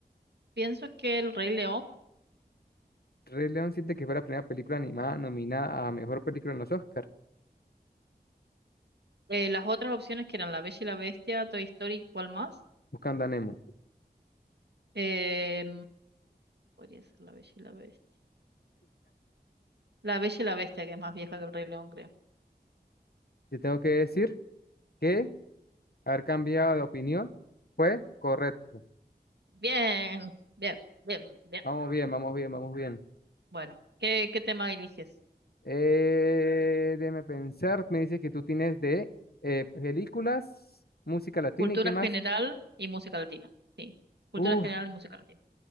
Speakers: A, on the right (about 85°); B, on the left (about 65°).
A: pienso que El Rey León,
B: Rey León siente que fue la primera película animada nominada a mejor película en los Oscars,
A: eh, las otras opciones que eran La Bella y la Bestia, Toy Story, ¿cuál más?
B: Buscando a Nemo.
A: Eh, podría ser La Bella y la Bestia. La Bella y la Bestia, que es más vieja que El Rey León, creo.
B: Te tengo que decir que haber cambiado de opinión fue correcto.
A: Bien, bien, bien, bien,
B: Vamos bien,
A: bien.
B: vamos bien, vamos bien.
A: Bueno, ¿qué, qué tema eliges?
B: Eh, déjame pensar, me dice que tú tienes de eh, películas, música latina
A: Cultura
B: y qué más.
A: general y música latina. Sí, cultura
B: Uf,
A: general y música latina.